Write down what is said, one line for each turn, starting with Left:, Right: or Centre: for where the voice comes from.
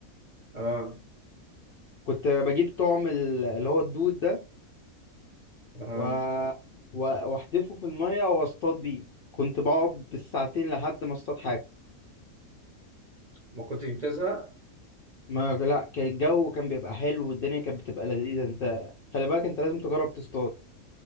Right: اه
Left: كنت بجيب طعم ال- اللي هو الدود ده
Right: اه
Left: و... و... وأحدفه في المية وأصطاد بيه كنت بقعد بالساعتين لحد ما أصطاد حاجة
Right: ما كنتش بتزهق
Left: ما لا كان الجو كان بيبقى حلو والدنيا كانت بتبقى لذيذة أنت خلي بالك أنت لازم تجرب تصطاد